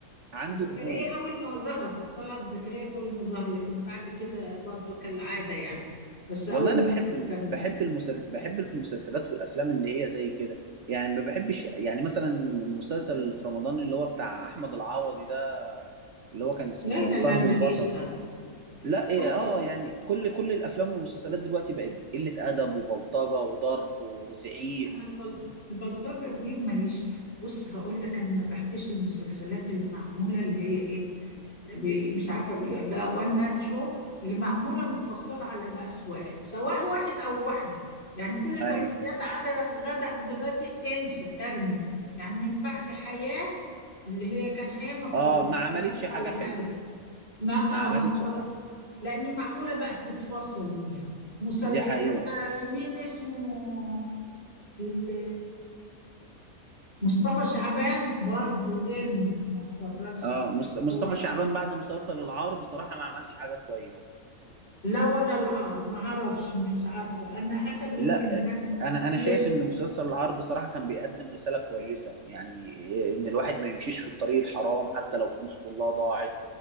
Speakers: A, on the right; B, on the left.
A: عنده
B: زكريا
A: قبول
B: اول ما ظهر طلعت زكريا اول ما ظهر لكن بعد كده برضو كالعاده يعني بس اول
A: والله انا
B: ما
A: بحب
B: ظهر
A: ال-
B: كان
A: بحب المسل... بحب المسلسلات والافلام اللي هي زي كده يعني ما بحبش يعني مثلا المسلسل اللي في رمضان اللي هو بتاع احمد العوضي ده اللي هو كان اسمه
B: لا لا
A: فهد
B: لا ماليش
A: البطل
B: ده
A: لا ايه
B: بص
A: اه يعني كل كل الافلام والمسلسلات دلوقتي بقت قله ادب وبلطجه وضرب وزعيق
B: انا البل- البلطجه دي وماليش بص هقول لك انا ما بحبش المسلسلات اللي معموله اللي هي ايه بي- مش عارفة بيقول لها وان مان شو اللي معمولة متفصلة على مقاس واحد سواء واحد أو واحدة يعني كل
A: ايوه
B: تمثيليات عدا غادة عبد الرازق انسى ارمي يعني من بعد حياة اللي هي كان حياة ما اتفرجتلهاش
A: اه ما عملتش حاجة
B: على
A: حلوة
B: حاجة ما
A: ما
B: اه
A: عملتش
B: ما اتفرجت لأن معمولة بقت تتفصل بيها مسلسلات
A: دي حقيقة
B: آه، مين اسمه ال- مصطفى شعبان برضو ارمي ما اتفرجش
A: اه
B: اللي
A: مص- مصطفى
B: هو
A: شعبان بعد مسلسل العار بصراحة ما عملش حاجة كويسة
B: لا ولا العار ما اعرفش مش عارفة انا اخر يمكن
A: لا
B: كان
A: انا انا
B: اللي-
A: شايف ان مسلسل العار بصراحة كان بيقدم رسالة كويسة يعني آه، ان الواحد ما يمشيش في الطريق الحرام حتى لو فلوس كلها ضاعت